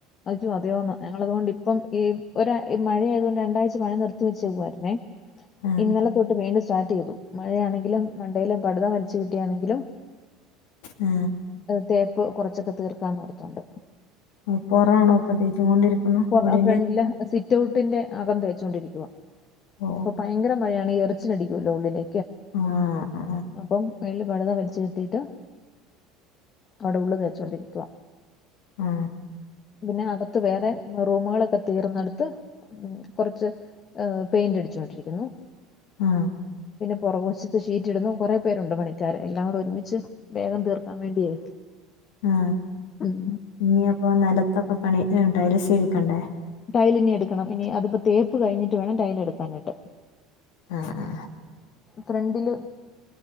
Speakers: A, on the left; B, on the left.
A: അതോ അതേന്ന് ഞങ്ങൾ അതുകൊണ്ട് ഇപ്പം ഈ ഒരാ ഇ മഴയതുകൊണ്ട് രണ്ടാഴ്ച പണി നിർത്തിവെച്ചേക്കുവായിരുന്നേ
B: ആ
A: ഇന്നലെ തൊട്ട് വീണ്ടും സ്റ്റാ ട്ട് തു മഴയാണെങ്കിലും മണ്ടയിലും പടിത വലിച്ചു കെട്ടിയാണെങ്കിലും
B: ആ
A: തേപ്പ് കുറച്ചൊക്കെ തീർക്കാന്ന് ഓർത്തൊണ്ട്
B: ആ പൊറാണോ ഇപ്പൊ കൊണ്ടിരിക്കുന്നു
A: പ്പാ
B: വീടിന്റെ
A: ഫ്രണ്ടില് സി റ്റൗട്ടിന്റെ അകം തേച്ചുകൊണ്ടിരിക്കുവാ
B: ഓ
A: അപ്പൊ ഭയങ്കര മഴയാണ് ഈ എറച്ചിലടിക്കുവല്ലോ ഉള്ളിലേ
B: ആ ആ
A: അപ്പം മേളില് പടിത വരച്ച് കെട്ടിട്ട് അവിടെ ഉള്ള് തേചോണ്ടിരിക്കുവാ
B: ആ
A: പിന്നെ അകത്ത് വേറെ റൂമുകളൊക്കെ തീർന്നെടുത്ത് കുറച്ച് പെയിന്റ് അടിച്ചോണ്ടിരിക്കുന്നു
B: ആ
A: പുറകുവശത്ത് ഷീറ്റ് ഇടുന്നു കൊറെേ പേരുണ്ട് പണിക്കാര് എല്ലാം കൂടെ ഒരുമിച്ച് വേഗം തീർക്കാൻ വേണ്ടിയേ
B: ആ
A: ഉം
B: ഇനി അപ്പൊ നിലത്തൊക്കെ പണി ടൈല് സിലിക്കണ്ടേ
A: ടൈലിനി എടുക്കണം ഇനി അതിപ്പോ തേപ്പ് കഴിഞ്ഞിട്ട് വേണം ടൈല് എടുക്കാനിട്ട്
B: ആ ആ
A: ഫ്രണ്ടില്